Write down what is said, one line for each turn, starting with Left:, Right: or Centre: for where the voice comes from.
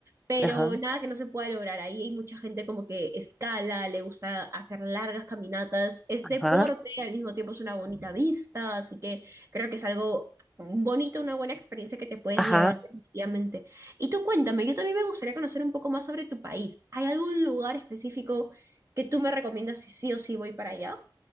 Right: pero
Centre: Ajá,
Right: nada que no se pueda lograr. Ahí hay mucha gente como que escala, le gusta hacer largas caminatas, es
Centre: ajá,
Right: deporte, al mismo tiempo es una bonita vista, así que creo que es algo bonito, una buena experiencia que te puedes
Centre: ajá.
Right: llevar definitivamente. Y tú cuéntame, yo también me gustaría conocer un poco más sobre tu país. ¿Hay algún lugar específico que tú me recomiendas si sí o sí voy para allá?